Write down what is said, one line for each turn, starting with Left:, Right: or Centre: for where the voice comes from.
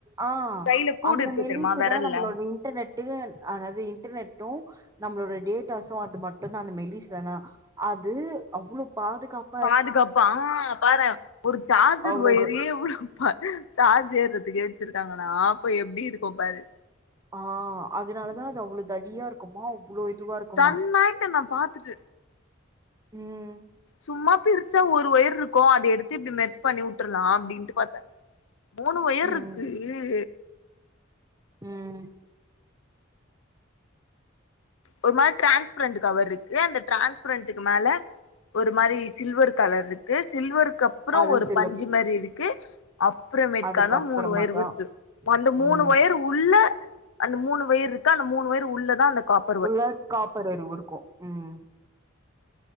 Right: ஆ
Left: உ கையில கோடு
Right: அந்த
Left: இருக்கு
Right: மெல்லிசுதா
Left: தெரியுமா வெரல்ல
Right: நம்மளோட இன்டர்நெட்டு ஆதாது இன்டர்நெட்டும் நம்மளோட டேட்டாஸு அது மட்டும்தா அந்த மெலிஸ னா அது அவ்வளோ பாதுகாப்
Left: பாதுகாப்பா பாறே ஒரு சார்ஜர்
Right: அவ்ளோது
Left: ஒயறே எவ்ளோ பாத் சார்ஜ் ஏர்றதுக்குே வெச்சிருக்காங்கண்ணா அப்ப எப்டி இருக்கும் பாரு
Right: ஆ அதனாலதா அது அவ்ளோ தடியா இருக்குமா அவ்ளோ இதுவா இருக்குமா.
Left: ஸ்டன்னாயிட் நா பாத்துட்டு
Right: ம்
Left: சும்மா பிரிச்சா ஒரு ஒயிறு இருக்கும் அத எடுத்து இப்டி மெர்ச்பண்ணி உட்ரலா அப்டின்னுட்டு பாத்தே மூணு ஒயிர்
Right: ம்
Left: இருக்கு
Right: ம்
Left: ஒரு மாரி டிரான்ஸ்பரண்ட் கவர் இருக்கு அந்த டிரான்ஸ்பரண்ட்க்கு மேல ஒரு மாரி சில்வர் கலர் இருக்கு சில்வருக்கு அப்றோ
Right: அது
Left: ஒரு
Right: சில
Left: பஞ்சு மாரி இருக்கு அப்றமேட்காதா
Right: அதுக்கப்புறமாதா
Left: மூணு வொயர் வருது அந்த மூணு
Right: ம்
Left: வொயிரு உள்ள அந்த மூணு வொயிரு இருக்கு அந்த மூணு வயிரு உள்ளதா அந்த காப்
Right: உள்ள காப்பர் அருவு இருக்கு ம்